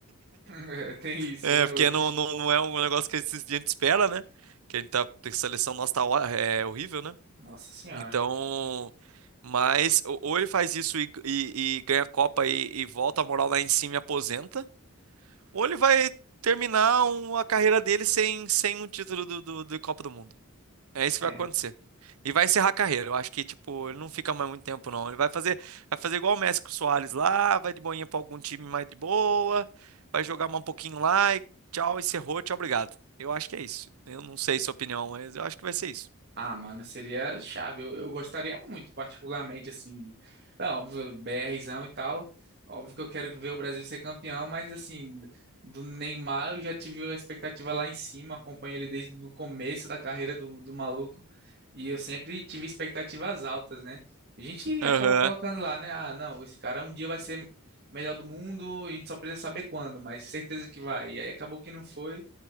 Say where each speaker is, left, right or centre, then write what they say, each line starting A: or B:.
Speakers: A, on the right (about 45°); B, on the right (about 75°).
A: <laughs> Tem isso,
B: é,
A: né,
B: porque
A: mano?
B: não, não, não é um negócio que a gente espera, né? Que a gente tá, a seleção nossa tá, ó- é horrível, né?
A: Nossa senhora.
B: Então, mas ou ou ele faz isso e, e- e ganha a Copa e, e volta a moral lá em cima e aposenta, ou ele vai terminar um- a carreira dele sem, sem um título do, do, de Copa do Mundo. É isso
A: É,
B: que vai acontecer. E vai encerrar a carreira. Eu acho que, tipo, ele não fica mais muito tempo, não. Ele vai fazer, vai fazer igual o Messi com o Soares lá, vai de boinha pra algum time mais de boa, vai jogar mais um pouquinho lá e tchau, encerrou, tchau, obrigado. Eu acho que é isso. Eu não sei sua opinião, mas eu acho que vai ser isso.
A: Ah, mano, seria chave. Eu, eu gostaria muito, particularmente, assim. É óbvio, BRzão e tal. Óbvio que eu quero ver o Brasil ser campeão, mas, assim, do Neymar eu já tive a expectativa lá em cima. Acompanho ele desde o começo da carreira do, do maluco. E eu sempre tive expectativas altas, né? A gente
B: Aham.
A: acaba colocando lá, né? Ah, não, esse cara um dia vai ser melhor do mundo, a gente só precisa saber quando, mas certeza que vai. E aí acabou que não foi.